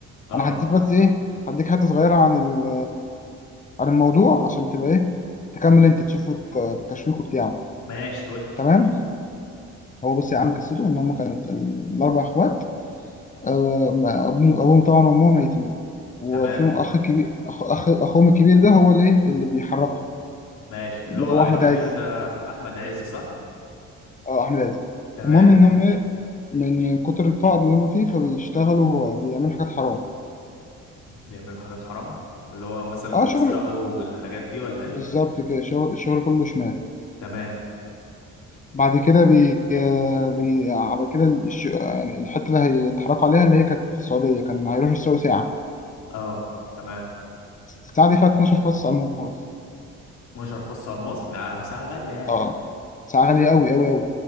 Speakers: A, on the left; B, on the left.
A: اه
B: انا هديك بس ايه هديك حته صغيره عن ال عن الموضوع عشان تبقى ايه تكمل انت تشوفوا الت- التشويق بتاعه
A: ماشي قول لي
B: تمام هو بص يا عم قصته ان هم كانوا الاربع اخوات آه، ما- أبوهم أبوهم طبعا وأمهم ميتين وفيهم
A: تمام
B: أخ كبير أخ أخ- أخوهم الكبير ده هو اللي إيه؟ اللي بيحركهم
A: ماشي اللي
B: اللي
A: هو
B: هو أحمد
A: الكبير
B: عز
A: ده احمد عز صح
B: أه أحمد عز
A: تمام
B: المهم إن هم إيه من كتر الفقر اللي هم فيه فبيشتغلوا بيعملوا حاجات حرام
A: بيعملوا حاجات حرام اللي هو مثلا
B: أه
A: بيسرقوا
B: شغل
A: الحاجات دي ولا ايه
B: بالظبط كده شغل الشغل كله شمال
A: تمام
B: بعد كده بي آه، بي بعد كده الش... يعني الحتة اللي هيتحركوا عليها اللي هي كانت في السعودية كان هيروحوا يشتروا ساعة
A: اه تمام
B: الساعة دي فيها 12 فص على الموز
A: 12 فص الماس ده ساعة غالية يعني
B: أه ساعة غالية أوي أوي أوي